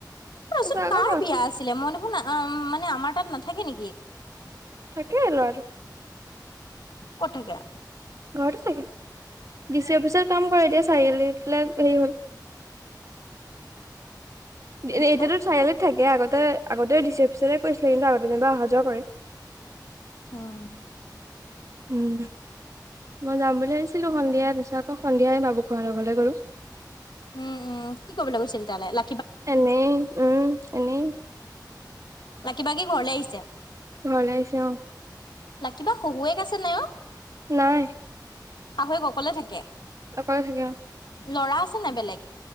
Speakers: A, on the left (about 75°); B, on the right (about 45°).
A: ৰ'বা
B: তাৰপিছত
A: চোন
B: আকৌ
A: কাৰ বিয়া আছিলে, মই দেখোন আ উম মানে আমাৰ তাত নাথাকে নেকি?
B: থাকে ল'ৰাটো।
A: ক'ত থাকে?
B: ঘৰতে থাকে। ডি চি অফিচত কাম কৰে এতিয়া চাৰিআলি ফালে হেৰি হ'ল। এ-এতিয়াতো
A: আচ্ছা
B: চাৰিআলিত থাকে আগতে আগতে ডি চি অফিচতে কৈৰিছিলে। কিন্তু আগতে যেনিবা অহা যোৱা কৰে।
A: উম।
B: হম। মই যাম বুলি ভাবিছিলো সন্ধিয়া। তাৰপিছত আকৌ সন্ধিয়া বাবু খোৱাহঁতৰ ঘৰলৈ গ'ল।
A: উম, উম কি কৰিবলৈ গৈছিল তালে? ল
B: এনেই উম এনেই।
A: লাকী বা কি ঘৰলে আহিছে?
B: ঘৰলে আহিছে অ'।
A: লাকী বা শহুৱেক আছে নাই অ'?
B: নাই।
A: শাহুৱেক অকলে থাকে?
B: অকলে থাকে অ'।
A: ল'ৰা আছে নাই বেলেগ।